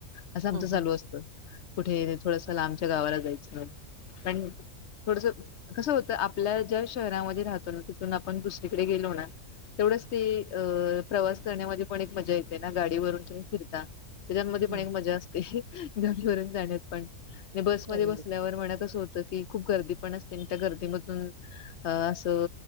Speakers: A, on the left; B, on the right.
A: अस आमच
B: हम्म
A: चालू
B: हम्म
A: असत. कुठे थोडस लांबच्या गावाला जायच पण थोडस कस होत. आपल्या ज्या शहरामध्ये राहतो ना तिथून आपण दुसरीकडे गेलो ना तेवढच ते अ प्रवास करण्यामध्ये पण एक मजा येते ना गाडीवरून तुम्ही फिरता. त्याच्यामध्ये
B: हम्म
A: पण एक मजा असते. गाडीवरून जाण्यात पण, ते बसमध्ये
B: अगदी
A: बसल्यावर म्हणा कस होत की खूप गर्दी पण असते आणि त्या गर्दीमधून अ अस